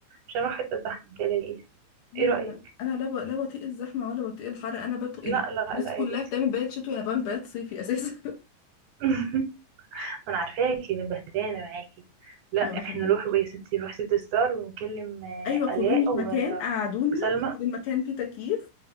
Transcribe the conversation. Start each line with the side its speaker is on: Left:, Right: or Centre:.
Right: مش هنروح حتة زحمة متقلقيش
Left: ايوه
Right: ايه رأيك
Left: انا أنا لا ب... لا بطيق الزحمة ولا بطيق الحر انا بطيق
Right: لا
Left: يعني
Right: لا
Left: الناس
Right: لا
Left: كلها
Right: يا بنتي
Left: بتعمل بيات شتوي انا بعمل بيات صيفي اساسا
Right: <laughs> ما انا عارفاكي اللي مبهدلانة معاكي لا
Left: <laughs> ما بحبوش
Right: احنا نروح بقى يا ستي نروح سيتي ستار ونكلم آه،
Left: ايوه خدوني
Right: آلاء
Left: في
Right: و-
Left: مكان قعدوني
Right: وسلمى
Left: يكون المكان فيه تكييف